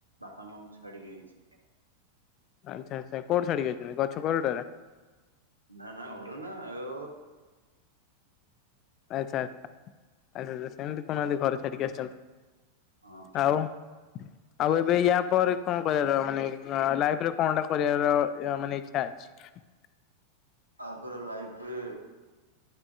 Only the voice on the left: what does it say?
ଆଚ୍ଛା ଆଚ୍ଛା କଉଠିଛାଡିକି ଆଇଛନ୍ତି ଗଛ କୋରଡରେ।
ଆଚ୍ଛା ଆ ଆଚ୍ଛା ଆଛା ସେମିତି କୁହୁନାହାନ୍ତି ଘରେ ଛାଡିକି ଆସିଛନ୍ତି।
ଆଉ ଆଉ ଏବେ ୟା ପରେ କଣ କରିବାର ମାନେ ଲାଇଫ ରେ କଣଟା କରିବାର ମାନେ ଇଚ୍ଛା? <unintelligible>